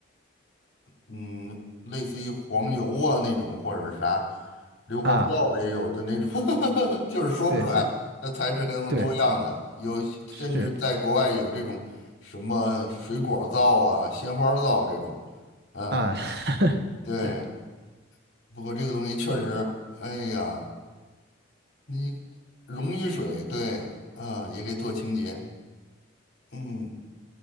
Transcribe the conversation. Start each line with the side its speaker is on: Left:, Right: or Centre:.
Left: 嗯，类似于黄油啊那种或者是啥，硫磺皂也有的那种，
Right: 啊，
Left: <laughs> 就是说不出来，
Right: 对对
Left: 它材质很多样的，
Right: 对，
Left: 有甚至在国外有这种什么水果皂啊、
Right: 是
Left: 鲜花皂这种，嗯，
Right: 啊
Left: 对。
Right: 是，
Left: 不过这个东西确实，哎呀，你溶于水，对，啊，也可以做清洁，嗯，